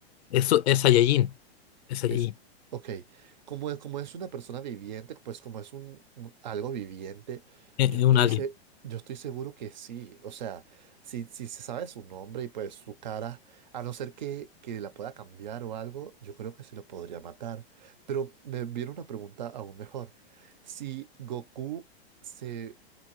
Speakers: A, on the left (about 75°); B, on the right (about 45°).
A: Eso es Saiyajin. Es Saiyajin.
B: Es, ok, como es, como es una persona viviente, pues como es un, un- algo viviente,
A: Es,
B: yo
A: es
B: estoy,
A: un alien.
B: se- yo estoy seguro que sí. O sea, si, si se sabe su nombre y pues su cara, a no ser que, que la pueda cambiar o algo, yo creo que sí lo podría matar. Pero me viene una pregunta aún mejor. Si Goku se...